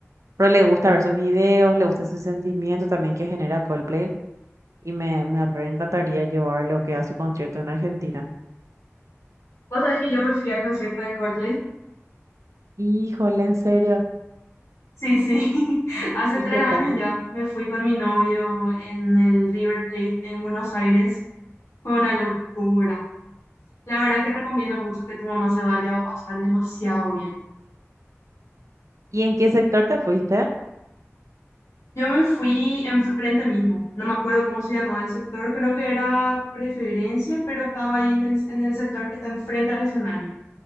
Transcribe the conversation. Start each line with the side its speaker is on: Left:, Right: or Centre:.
Right: pero le gusta ver sus videos, le gusta ese sentimiento también que genera Coldplay y me, me re encantaría llevarlo que a su concierto en Argentina.
Left: Vos sabés que yo me fui al concierto de Coldplay
Right: Híjole, en serio.
Left: Sí, sí. <laughs> Hace
Right: ¿Y
Left: tres
Right: qué
Left: años
Right: tal?
Left: ya me fui con mi novio en el River Plate en Buenos Aires. Fue una locura. La verdad que recomiendo mucho que tu mamá se vaya, va a pasar demasiado bien.
Right: ¿Y en qué sector te fuiste?
Left: Yo me fui enfrente mismo. No me acuerdo cómo se llamaba el sector, creo que era Preferencia, pero estaba ahí en el, en el sector que está enfrente al escenario.